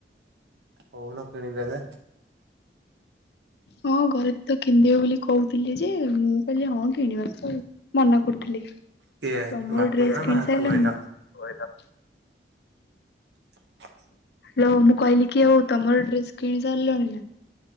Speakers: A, on the right; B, on the left.
A: କହୁନ କିଣିଦେବେ।
B: ହଁ ଘରେ ତ କିଣି ଦେବେ ବୋଲି କହୁଥିଲି ଯେ ମୁଁ କହିଲି ହଁ କିଣିବା ତ ମନା କରୁଥିଲି ଆଉ
A: କିଏ
B: ତମର
A: ବାପା
B: ଡ୍ରେସ
A: ନା
B: କିଣି
A: ମା
B: ସାଇଲଣି
A: କହିଲ?
B: ନା। <inaudible>
A: <inaudible>
B: ହାଲୋ ମୁଁ କହିଲି କି ଆଉ ତମର ଡ୍ରେସ କିଣି ସାରିଲଣି ନା।